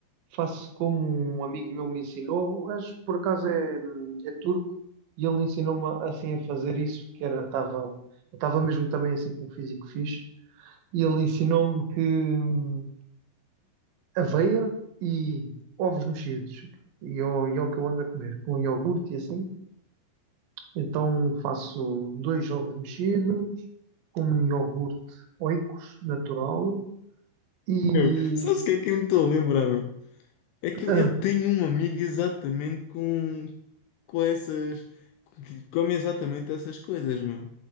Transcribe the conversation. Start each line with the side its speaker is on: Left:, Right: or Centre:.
Right: faço como um amigo meu me ensinou. O gajo, por acaso, é, é turco e ele ensinou-me assim a fazer isso, que era, estava, eu estava mesmo também assim com um físico fixe. E ele ensinou-me que hum, aveia e ovos mexidos, e eu- e é o que eu ando a comer, com iogurte e assim. Então faço dois ovos mexidos, com um iogurte Oikos natural e.
Left: Eu, sabes o que é que eu me estou a lembrar, meu? É que eu,
Right: Ah,
Left: eu tenho um amigo exatamente com, com essas. que come exatamente essas coisas, meu.